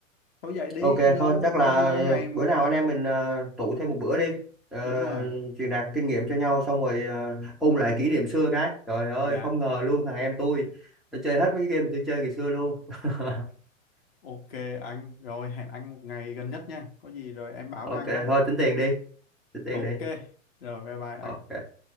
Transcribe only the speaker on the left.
thôi vậy đi
lâu
lâu
ngày mà
đúng rồi
dạ
ok anh rồi hẹn anh một ngày gần nhất nha có gì rồi em báo
với anh ha
ok
rồi bye bye anh